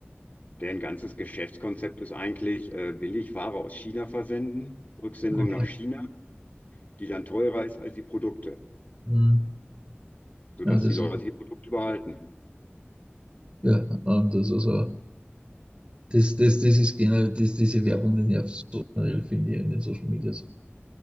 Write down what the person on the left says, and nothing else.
deren ganzes Geschäftskonzept ist eigentlich äh, billig Ware aus China versenden, Rücksendung
nach China. die dann teurer ist als die Produkte,
sodass
die Leute die Produkte behalten.